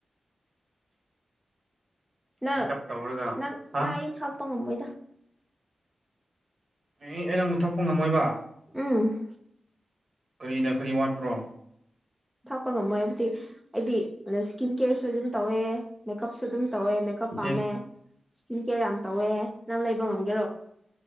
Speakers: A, in the centre; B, on the right.
A: ꯅꯪ
B: ꯃꯦꯀꯞ ꯇꯧꯔꯒ
A: ꯅꯪ
B: ꯍꯥ
A: ꯅꯪ ꯑꯩ ꯊꯥꯛꯄ ꯉꯝꯃꯣꯏꯗ
B: ꯑꯦ ꯑꯩ ꯅꯪ ꯑꯃꯨꯛ ꯊꯛꯄ ꯉꯝꯃꯣꯏꯕ
A: ꯎꯝ
B: ꯀꯔꯤꯅ ꯀꯔꯤ ꯋꯥꯠꯄ꯭ꯔꯣ
A: ꯊꯥꯛꯄ ꯉꯝꯃꯣꯏ ꯍꯥꯏꯕꯗꯤ ꯑꯩꯗꯤ ꯏꯁꯀꯤꯟ ꯀꯦꯌꯔꯁꯨ ꯑꯗꯨꯝ ꯇꯧꯋꯦ ꯃꯦꯀꯞꯁꯨ ꯑꯗꯨꯝ ꯇꯧꯋꯦ ꯃꯦꯀꯞ ꯄꯝꯃꯦ
B: ꯑꯦ
A: ꯏꯁ ꯀꯦ ꯌꯥꯝ ꯇꯧꯋꯦ ꯉꯒ